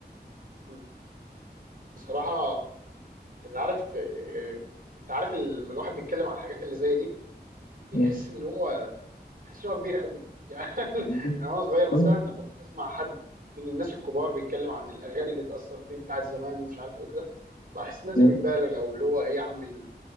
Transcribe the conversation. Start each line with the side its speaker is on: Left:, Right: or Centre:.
Right: مم. بصراحه انت عارف ت- آه، انت عارف لما الواحد بيتكلم عن الحاجات اللي زي دي بيحس
Left: مم.
Right: ان هو بيحس ان هو كبير قوي يعني <laughs>
Left: مم.
Right: انا وانا صغير مثلا
Left: مم.
Right: لما كنت اسمع حد من الناس الكبار بيتكلم عن الاغاني اللي اتاثر فيه بتاعت زمان ومش عارف ايه وكده بحس الناس
Left: مم.
Right: دي بتبالغ او اللي هو ايه يا عم ال-